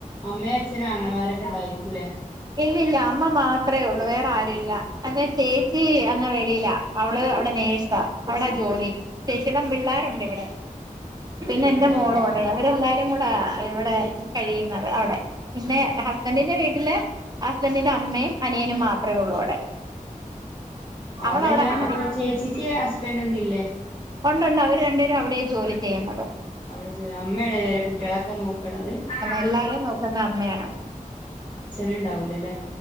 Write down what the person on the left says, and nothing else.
അമ്മയും അച്ഛനും ആങ്ങളമാരൊക്കെ ഉണ്ടായിരിക്കൂല്ലേ
എല്ലാരും
ഇവിടെ
ആഹ്
അതല്ല
അപ്പൊ ചേച്ചിക്ക് ഹസ്ബന്റൊന്നും ഇല്ലേ
അവിടെ ജോലി അമ്മയാണല്ലെ കുട്ടികളൊക്കെ നോക്കണത് ആഹ്
ആഹ് അച്ഛന് ഉണ്ടാവൂലല്ലെ